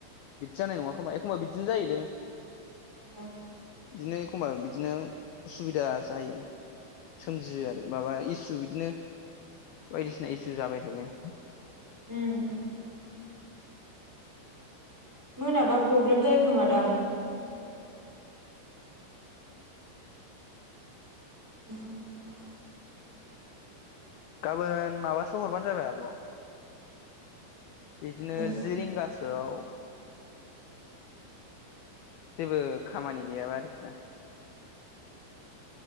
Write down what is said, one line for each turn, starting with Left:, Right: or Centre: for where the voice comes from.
Left: बिदि जानाय नङा खोमा एखमबा बिदिनो जायोलै
Centre: औ
Left: बिदिनो एखमबा बिदिनो उसुबिदा जायो सोमजियो आरो माबा इसु बिदिनो बायदिसिना इसु जाबाय थायो
Centre: उम मोनाबा प्रब्लेम जायो खोमादां औ
Left: गाबोन माबासोआव हरबानो जाबाय आब' बिदिनो
Centre: उम
Left: जि रिंगासोआव जेबो खामानि गैयाबा आरोखि ना।